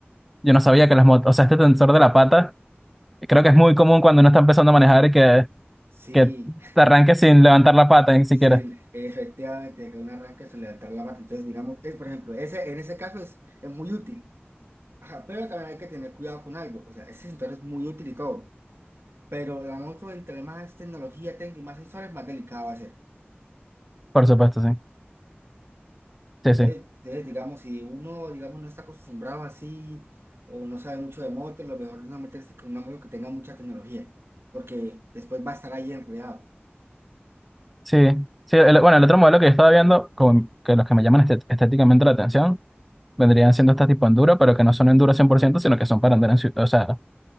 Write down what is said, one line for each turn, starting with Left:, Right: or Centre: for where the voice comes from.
Centre: yo no sabía que las motos, o sea, este tensor de la pata, creo que es muy común cuando uno está empezando a manejar y que,
Right: sí,
Centre: que te arranques sin levantar la pata ni siquiera.
Right: sí, efectivamente, que un arranque se le altera la pata. Entonces, digamos, es, por ejemplo, ese, en ese caso es, es muy útil. Ajá, pero también hay que tener cuidado con algo. O sea, ese sensor es muy útil y todo. Pero la moto, entre más tecnología tenga y más sensores, más delicado va a ser.
Centre: Por supuesto, sí.
Right: Entonces,
Centre: Sí, sí.
Right: entonces, digamos, si uno, digamos, no está acostumbrado así o no sabe mucho de moto, lo mejor es no meterse con una moto que tenga mucha tecnología, porque después va a estar ahí enredado.
Centre: Sí, sí. el- bueno, el otro modelo que yo estaba viendo, como que los que me llaman este- estéticamente la atención. vendrían siendo estas tipo enduro, pero que no son enduro 100% sino que son para andar en ciudad. O sea,